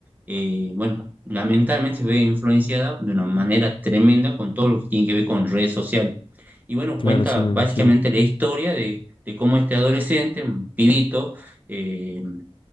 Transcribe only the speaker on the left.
claro,
sí, me
imagino.